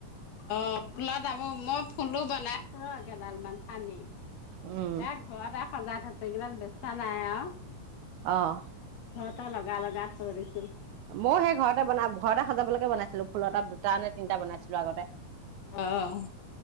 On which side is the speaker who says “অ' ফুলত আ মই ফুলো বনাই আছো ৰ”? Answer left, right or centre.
Left